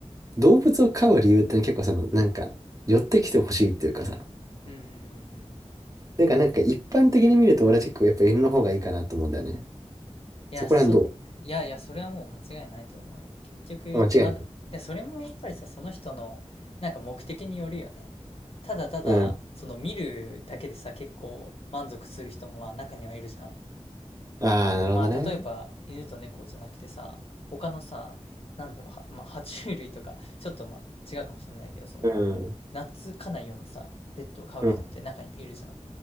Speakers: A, on the right; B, on the left.
A: 動物を飼う理由って結構その、なんか、寄ってきてほしいっていうかさ、
B: うんうんうんうん。
A: だかかなんか一般的に見ると俺は結構やっぱ犬の方がいいかなと思うんだよね。
B: いや、
A: そこら辺ど
B: そうだね。いやいや、それはもう間違いないと思うよ。結局、
A: う間違いない。
B: まだ、で、それもやっぱりさ、その人の、なんか目的によるよね。ただただ、
A: うん。
B: その見るだけでさ、結構満足する人もまあ中にはいるじゃん。
A: ああ、なるほどね。
B: まあ、例えば、犬と猫じゃなくてさ、他のさ、なんだろう、はまあ、爬虫類とか、ちょっとまあ、違うかもしれないけど、その、
A: うん。
B: 懐かないようなさ、ペットを飼う人って中にいるじゃん。
A: うん。